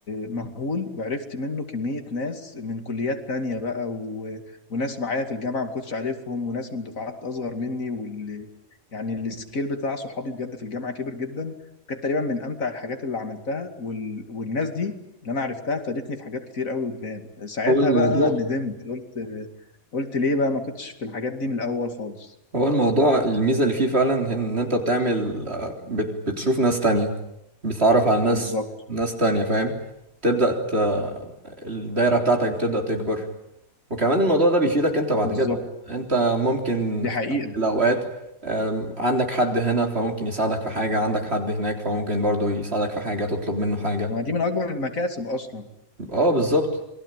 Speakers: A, on the left; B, on the right.
A: مهول وعرفت منه كمية ناس من كليات تانية بقى و... وناس معايا في الجامعة ما كنتش عارفهم وناس من دفعات أصغر مني وال... يعني السكيل بتاع صحابي بجد في الجامعة كبر جدا كانت تقريبا من أمتع الحاجات اللي عملتها وال... والناس دي اللي أنا عرفتها فادتني في حاجات كتير قوي قدام ساعتها
B: هو الموضوع
A: بقى ندمت قلت قلت ليه بقى ما كنتش في الحاجات دي من الأول خالص
B: هو الموضوع الميزة اللي فيه فعلا هي ان انت بتعمل آه، بت- بتشوف ناس تانية بتتعرف على ناس
A: بالظبط
B: ناس تانية فاهم تبدأ ت... الدايرة بتاعتك بتبدأ تكبر وكمان الموضوع ده بيفيدك انت بعد
A: بالظبط
B: كده انت ممكن
A: دي حقيقة
B: في الأوقات آم، عندك حد هنا فممكن يساعدك في حاجة عندك حد هناك فممكن برضو يساعدك في حاجة تطلب منه حاجة
A: ما دي من أكبر المكاسب أصلا
B: اه بالظبط